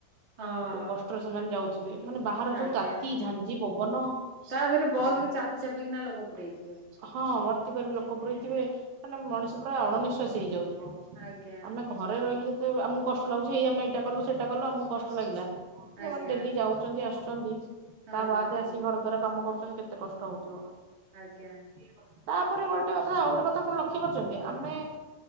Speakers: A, on the right; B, on the right.
A: ହଁ
B: ଯୋଉ କଷ୍ଟରେ ସେମାନେ ଯାଉଛ ମାନେ ବାହାର ଯୋଉ
A: ଆଜ୍ଞା
B: ତାତି ଝାଞ୍ଜି ପବନ
A: ତା ଦେହରେ ବସ
B: ଆ।
A: ରେ ଚାପି ଚାପିକିନା ଲୋକ ପୁରେଇଥିବେ
B: ହଁ ଭର୍ତ୍ତି କରି ଲୋକ ପୁରୀଇ ଥିବେ ମାନେ ମଣିଷ ପୁରା ଅଣନିଶ୍ଵାସ ହେଇଯାଉଥି ବ
A: ଆଜ୍ଞା
B: ଆମେ ଘରେ ରହିକି ଯେ ସେ ଆମକୁ କଷ୍ଟ ଲାଗୁଛି ହେଇ ଆମେ ଏଇଟା କଲୁ ସେଇଟା କଲୁ ଆମକୁ କଷ୍ଟ ଲାଗିଲା। ଯୋଉ
A: ଆଜ୍ଞା
B: ମାନେ ଡେଲି ଯାଉଛନ୍ତି ଆସୁ ଚନ୍ତି।
A: ହଁ
B: ତା ବାଦ
A: ହଁ
B: ଆସିିକି
A: ହଁ
B: ଘର ଦ୍ୱାର କାମ କରୁ ଛନ୍ତି କେତେ କଷ୍ଟ ହଉଥି
A: ଆଜ୍ଞା।
B: <unintelligible> ତାପରେ ଗୋଟେ କଥା ଆଉ ଗୋଟେ କଥା ଆପଣ ଲକ୍ଷ୍ୟ କରିଛନ୍ତି ଆମେ